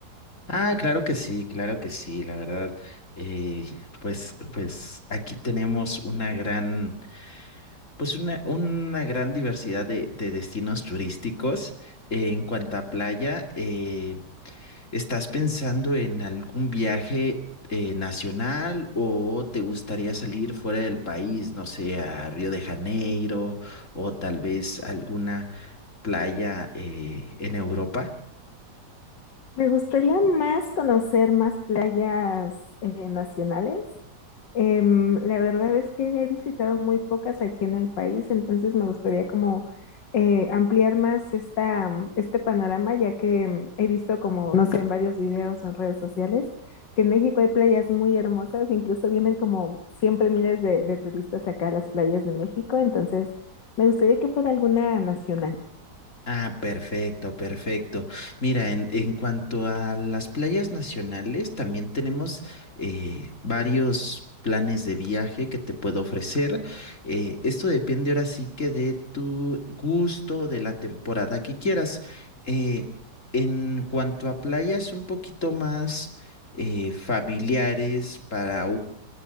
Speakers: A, on the left (about 45°); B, on the left (about 85°).
A: Ah, claro que sí, claro que sí, la verdad. eh, pues, pues aquí tenemos una gran, pues una, una gran diversidad de, de destinos turísticos. Eh, en cuanto a playa, eh, ¿estás pensando en algún viaje eh, nacional o te gustaría salir fuera del país, no sé, a Río de Janeiro o tal vez alguna playa eh, en Europa?
B: Me gustaría más conocer más playas eh, nacionales. Em, la verdad es que he visitado muy pocas aquí en el país, entonces me gustaría como eh, ampliar más esta, mm, este panorama, ya que mm, he visto como, no sé, en varios videos o en redes sociales, que en México hay playas muy hermosas, incluso vienen como siempre miles de, de turistas acá a las playas de México, entonces me gustaría que fuera alguna nacional.
A: Ah, perfecto, perfecto. Mira, en, en cuanto a las playas nacionales, también tenemos eh, varios planes de viaje que te puedo ofrecer. Eh, esto depende ahora sí que de tu gusto, de la temporada que quieras. Eh, en cuanto a playas un poquito más eh, familiares para